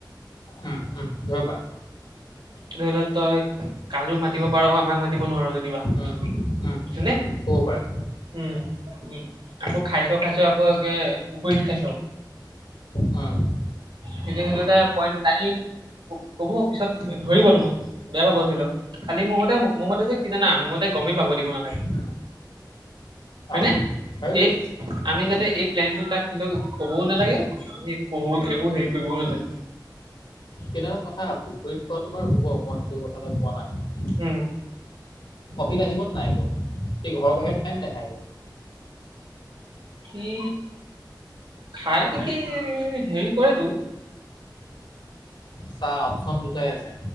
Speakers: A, on the left; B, on the right.
A: উম উম ধৰিব পাৰে
B: ধৰি ল তই কাজুক মাতিব পাৰ আমাক মাতিব নোৱাৰো যেনিবা
A: উম উম
B: হয়নে
A: উম হ'ব পাৰে
B: উম উম আকৌ খাইছ খাইছ আকৌ একে পুখুৰীত খাইছ।
A: উম
B: সেইটো সেইটো এটা পইণ্ট দাঙি কব পিছত ধৰিব তোমাক বেয়া পাব ধৰি লওক খালি মোৰ মতে মোৰ মতে যে কি জানা মোৰ মতে গমেই পাব দিব নালাগে
A: উম
B: হয়নে
A: অ সেইটোৱে
B: এই আমি যাতে এই প্লেনটো তাক কোনেও একো কবও নালাগে আমি একো কবও একো
A: উম
B: হেৰি কৰিবও নালাগে
A: কিন্তু এটা কথা পুখুৰীত খোৱাটো বাৰু হ'ব মই সেইটো কথালৈ কোৱা নাই
B: উম
A: কফিত আহিব ন নাই আকৌ সি ঘৰৰ বাহিৰত খাই নে নেখাই বাও
B: সি খাই নেকি হেৰি কৰেতো
A: চা অপশন দুটাই আছে